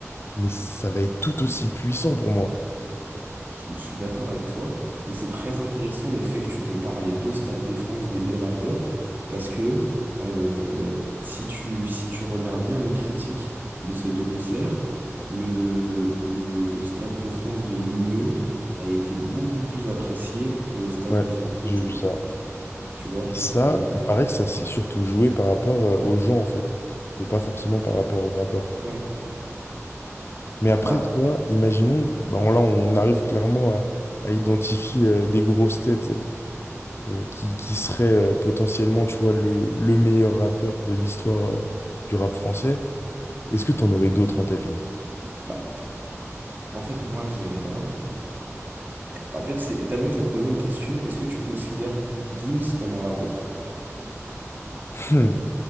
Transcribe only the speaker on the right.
Je suis d'accord avec toi. Et c'est très intéressant le fait que tu compares les deux Stades de France des deux rappeurs. Parce que euh, si tu, si tu regardes bien les critiques de ces deux concerts, le, le, le Stade de France de Nino a été beaucoup plus apprécié que le Stade
de France de
Jul.
Tu vois?
Et en fait,
ouais.
Bah,
bah, en fait, moi, j'ai. euh, En fait, c'est. D'abord, je vais te poser une question. Est-ce que tu considères Gims comme un rappeur?